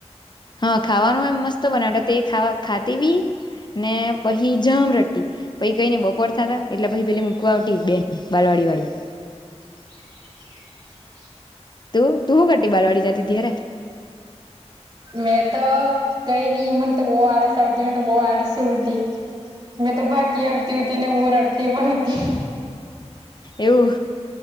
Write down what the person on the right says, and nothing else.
<inaudible>
મેં તો કઈ નઈ મને તો બહુ આળસ આવતી મને તો બહુ આળસુ ‌હતી. મેં તો ભાગી આવતી હોતી ને બહ રડટી પણ હતી